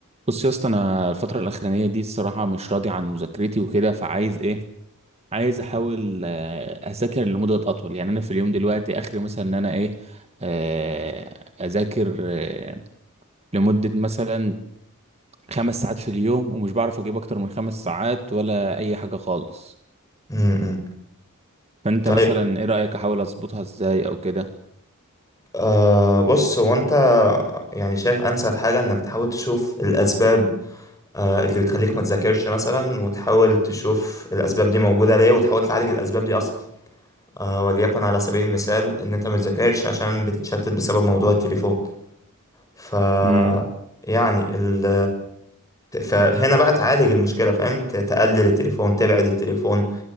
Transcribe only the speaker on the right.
بص يا اسطى انا الفتره الاخرانيه دي الصراحه مش راضي عن مذاكرتي وكده فعايز ايه عايز احاول آه، اذاكر لمده اطول يعني انا في اليوم دلوقتي اخري مثلا ان انا ايه آه، اذاكر آه، لمده مثلا خمس ساعات في اليوم ومش بعرف اجيب اكتر من خمس ساعات ولا اي حاجه خالص
فانت
مثلا ايه رايك احاول اظبطها ازاي او كده
امم